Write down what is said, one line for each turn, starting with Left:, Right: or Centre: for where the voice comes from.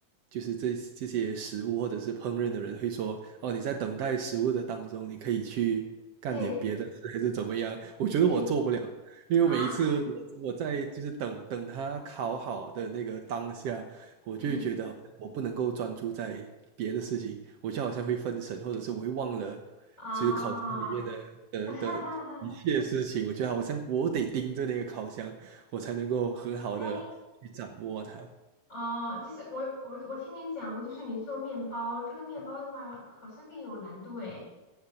Right: 就是这这些食物或者是烹饪的人会说，哦，你在等待食物的当中，你可以去干点别的事，
Left: 这
Right: 还是怎么样？我觉得
Left: 这
Right: 因为我每一次我我在就是等等他烤好的那个当下，
Left: 啊。
Right: 我就会觉得好像我不能够专注在别的事情，
Left: 嗯
Right: 我就好像会分神，或者是我会忘了，
Left: 啊，
Right: 其实烤箱里面的的的一切事情，
Left: <laughs>
Right: 我觉得好像我得盯着那个烤箱，我才能够很好的去掌握它。
Left: 哎，哦，就是我我我听你讲过，就是你做面包，这个面包的话好像更有难度哎。